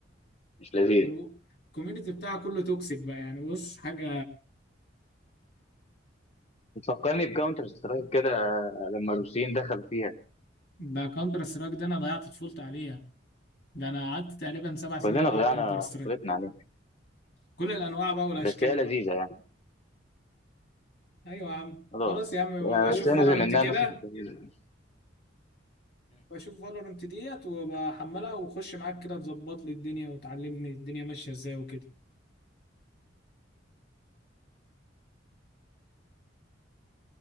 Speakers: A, on the left; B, on the left.
A: مش لذيذه
B: والكوميونتي بتاعها كله توكسيك بقى يعني بص حاجة
A: بتفكرني بكاونتر سترايك كده لما الروسيين دخلوا فيها
B: ده كونتر سترايك ده أنا ضيعت طفولتي عليها ده أنا قعدت تقريبا سبع سنين
A: كلنا
B: ألعب
A: ضيعنا
B: كونتر سترايك
A: طفولتنا عليها
B: كل الأنواع بقى والأشكال
A: بس هي لذيذه
B: بقى
A: يعني
B: أيوة يا عم
A: خلاص
B: خلاص يا عم
A: يعني
B: بقى بشوف
A: بس انزل
B: فالورنت
A: منها
B: كده
A: نص التلفزيون
B: بشوف فالورنت ديت وبحملها وخش معاك كده تظبط لي الدنيا وتعلمني الدنيا ماشية إزاي وكده